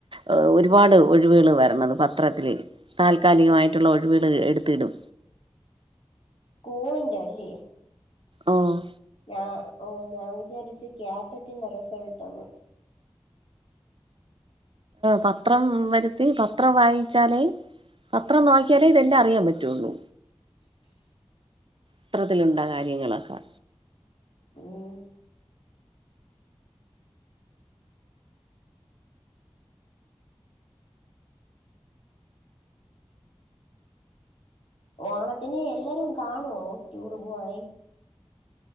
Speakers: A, on the right; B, on the left.
A: അ് ഒരുപാട് ഒഴിവുകൾ വരണത് പത്രത്തില് താൽക്കാലികമായിട്ടുള്ള ഒഴിവുകൾ എടുത്തിടും
B: <unintelligible> ന്റെല്ലേ
A: ആഹ്
B: ഞാ ഓ ഞാൻ വിചാരിച്ച് കാറ്ററ്റിന്റെ റിസൾട്ട്ന്ന്
A: പത്രം വരുത്തി പത്രം വായിച്ചാലേ പത്രം നോക്കി നോക്കിയാലേ ഇതെല്ലാം അറിയാൻ പറ്റുള്ളൂ ഇത്രത്തിലുണ്ട കാര്യങ്ങളൊക്കെ
B: ഉം ഓണത്തിന് എല്ലാരും കാണുവോ ടൂർ പൂവാൻ